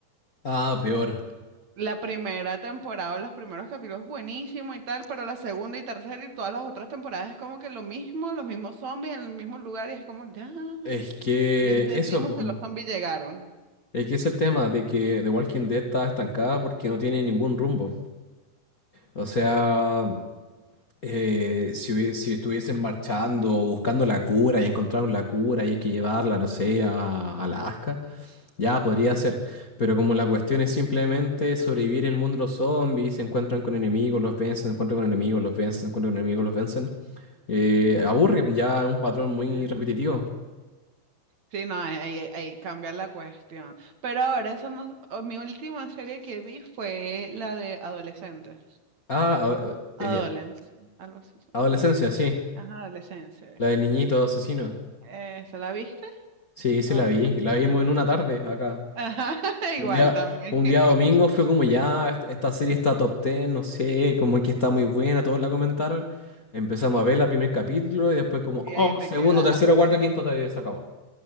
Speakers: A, on the left (about 30°); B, on the right (about 50°).
A: Ah, peor.
B: La primera temporada, los primeros capítulos buenísimo y tal, pero la segunda y tercera y todas las otras temporadas es como que lo mismo, los mismos zombies en el mismo lugar y es como, ya,
A: Es que
B: ya entendimos
A: eso, po.
B: que los zombies llegaron.
A: Es que es el tema de que The Walking Dead está estancada porque no tiene ningún rumbo. O sea, eh, si, hubie- si estuviesen marchando, o buscando la cura y encontraron la cura y hay que llevarla, no sé, a, a Alaska, ya podría ser. Pero como la cuestión es simplemente sobrevivir en el mundo de los zombies, se encuentran con enemigos, los vencen, se encuentran con enemigos, los vencen, se encuentran con enemigos, los vencen, eh, aburre, ya es un patrón muy
B: Sí.
A: repetitivo.
B: Sí, no, ahí, ahí- ahí cambia la cuestión. Pero ahora, esa no, o mi última serie que vi fue la de adolescentes.
A: Ah, a-
B: Adolescentes,
A: eh,
B: algo así se
A: adolescencia,
B: llama. en inglés.
A: sí.
B: Ajá, adolescencias.
A: La del niñito asesino.
B: Eh, ¿se la viste?
A: Sí, sí
B: ¿O
A: la
B: escuchan?
A: vi. La vimos en una tarde acá.
B: Ajá, <laughs>
A: Un
B: igual
A: día,
B: también.
A: un
B: <laughs>
A: día domingo fue como ya, est- esta serie está top 10, no sé, como que está muy buena, todos la comentaron. Empezamos a ver el primer capítulo y después como,
B: Y
A: oh,
B: ahí te
A: segundo,
B: quedaste.
A: tercero, cuarto, quinto, te- se acabó.